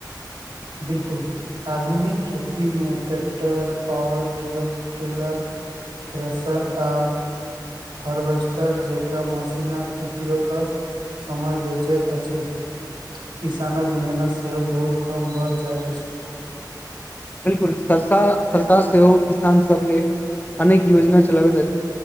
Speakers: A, on the right; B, on the left.
A: बिलकुल आधुनिक खेती मे tractor, power tray teller thresher आ हार्वेस्टर जेकां मशीनक उपयोगस समय बेचैत अछि किसानक मेहनत सेहो बहुत क कम भ जाइत अछि।
B: बिलकुल सरसा सरकार सेहो किसानसभ लेल अनेक योजना चलाबैत अछि।